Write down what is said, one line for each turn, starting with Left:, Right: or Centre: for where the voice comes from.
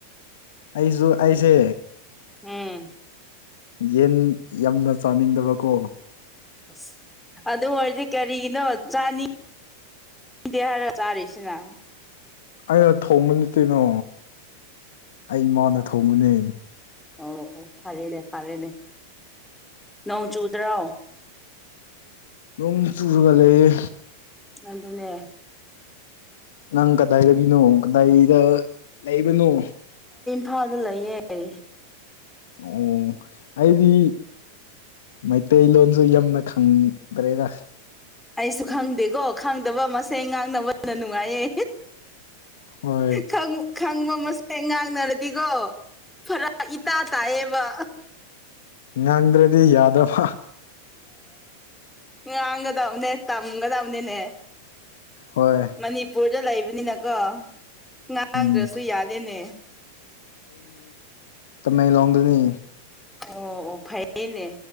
Left: ꯑꯩꯖꯨ ꯑꯩꯖꯦ
Centre: ꯎꯪ
Left: ꯌꯦꯟ ꯌꯥꯝꯅ ꯆꯥꯅꯤꯡꯗꯕ ꯀꯣ
Centre: ꯑꯥꯁ ꯑꯗꯨ ꯑꯣꯏꯔꯗꯤ ꯀꯔꯤꯒꯤꯅꯣ ꯆꯥꯅꯤ ꯗꯦ ꯍꯥꯏꯔ ꯆꯥꯔꯤꯁꯤꯅ
Left: ꯑꯩꯅ ꯊꯣꯡꯕ ꯅꯠꯇꯦꯅꯣ ꯑꯩ ꯏꯃꯥꯅ
Centre: ꯍꯣꯏ
Left: ꯊꯣꯡꯕꯅꯦ
Centre: ꯑꯣ ꯑꯣ ꯐꯔꯦꯅꯦ -ꯐꯔꯦꯅꯦ ꯅꯣꯡ ꯆꯨꯗꯔꯣ
Left: ꯅꯣꯡ ꯆꯨꯔꯒꯥ ꯂꯩ ꯌꯦ
Centre: ꯑꯥꯗꯨꯅꯦ
Left: ꯅꯪ ꯀꯗꯥꯏꯗꯒꯤꯅꯣ ꯀꯗꯥꯏ ꯗ ꯂꯩꯕꯅꯣ
Centre: ꯐꯥꯜꯗ ꯂꯩꯌꯦꯑꯦ
Left: ꯑꯣꯡ ꯑꯩꯗꯤ ꯃꯩꯇꯩꯂꯣꯟꯗꯨ ꯌꯥꯝꯅ ꯈꯪ ꯗ꯭ꯔꯦꯗꯥ
Centre: ꯑꯩꯁꯨ ꯈꯪꯗꯦ ꯀꯣ ꯈꯪꯗꯕ ꯃꯁꯦꯟ ꯉꯥꯡꯅꯕꯅ ꯅꯨꯡꯉꯥꯏꯌꯦ
Left: ꯍꯣꯏ
Centre: ꯈꯪꯉꯨ ꯈꯪꯕ ꯃꯁꯦꯜ ꯉꯥꯡꯅꯔꯗꯤꯀꯣ ꯐꯔꯛ ꯏꯇꯥ ꯇꯥꯏꯌꯦꯕ
Left: ꯉꯪꯡꯗ꯭ꯔꯗꯤ ꯌꯥꯗ꯭ꯔꯕ
Centre: ꯉꯥꯡꯒꯗꯕꯅꯦ ꯇꯝꯒꯗꯕꯅꯤ ꯅꯦ
Left: ꯍꯣꯏ
Centre: ꯃꯅꯤꯄꯨꯔꯗ ꯂꯩꯕꯅꯤꯅꯅꯦꯀꯣ ꯉꯥꯡꯗ꯭ꯔꯁꯨ
Left: ꯎꯝ
Centre: ꯌꯥꯗꯦ ꯅꯦ
Left: ꯇꯃꯦꯂꯣꯡꯗꯅꯤ
Centre: ꯑꯣ ꯑꯣ ꯐꯩꯏꯌꯦꯅꯦ